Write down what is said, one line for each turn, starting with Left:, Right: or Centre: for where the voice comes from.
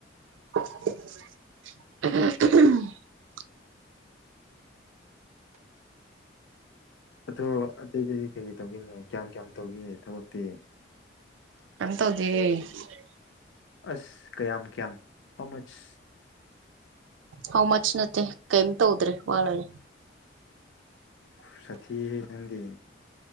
Right: <unintelligible>
Left: ꯑꯣ ꯑꯇꯩꯗꯗꯤ ꯀꯩ ꯇꯧꯈꯤꯦꯅꯤ ꯀꯌꯥꯝ ꯀꯌꯥꯝ ꯇꯧꯒꯦ ꯊꯕꯛꯇꯤ
Right: ꯀꯟꯇꯧꯗꯤꯦ
Left: ꯑꯁ ꯀꯌꯥꯝ ꯀ꯭ꯌꯥꯝ ꯍꯥꯎ ꯃꯆ
Right: ꯍꯥꯎ ꯃꯆ ꯅꯠꯇꯦ ꯀꯩꯝ ꯇꯧꯗ꯭ꯔꯔꯤ ꯋꯥꯜꯒ
Left: ꯁꯥꯇꯤ ꯍ ꯅꯪꯒꯦ